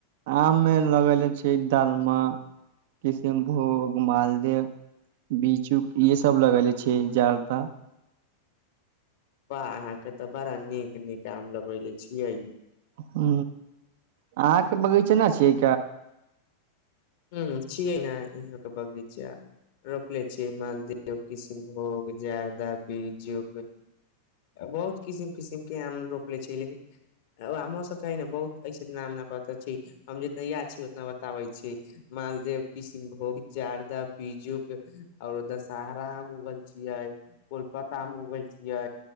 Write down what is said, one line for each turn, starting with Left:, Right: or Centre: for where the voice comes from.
Right: आम मे लगले छै दालम किसिमभोग मालद बीच उक इहे सब लगेले छै जड़त
Left: बाह अहाँ के तऽ बड़ा नीक नीक आम लगेले छिय
Right: ह अहाँके बगीच न छियै
Left: ह छियै ने इहाँ तऽ बगीच रोपले छियै मालदी किष्नभोग जारदा बीजज बहुत किसिम किसिम के आम रोपले छै लेकि ओ म सभ क ने बहुत ऐसे नाम न पात छ हम जितना यैद छी उतना बताबै छी मालदेव किष्नभोग जारदा बीजु क आओरो दशहरा आम उगल छियै कोलपता आम उगल छिय